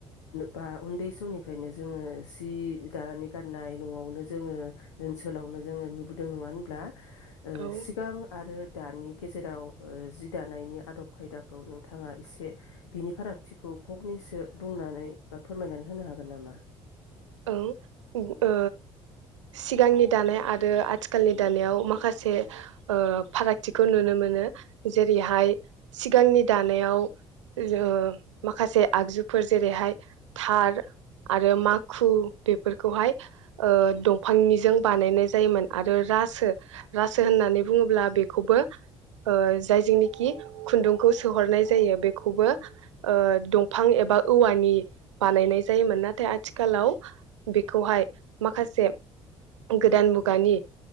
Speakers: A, on the left; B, on the right.
A: बा उन्दै समनिफ्रायनो जोङो जि दानानै गाननाय न'आवनो जोङो ओनसोलावनो जोङो नुबोदों नङा होनब्ला? ओ
B: औ
A: सिगां आरो दानि गेजेराव ओ जि दानायनि आदब खायदाखौ नोंथाङा एसे बिनि फारागथिखौ फगनैसो बुंनानै बा फोरमायनानै होनो हागोन नामा?
B: ओं ओ सिगांनि दानाय आरो आथिखालनि दानायाव माखासे ओ फारागथिखौ नुनो मोनो जेरैहाय सिगांनि दानायाव ओ माखासे आगजुफोर जेरैहाय थार आरो मा खु बेफोरखौहाय ओ दंफांनिजों बानायनाय जायोमोन आरो रासो रासो होननानै बुङोब्ला बेखौबो ओ जायजोंनिखि खुन्दुंखौ सोहरनाय जायो बेखौबो ओ दंफां एबा औवानि बानायनाय जायोमोन नाथाय आथि खालाव बेखौहाय माखासे गोदान मुगानि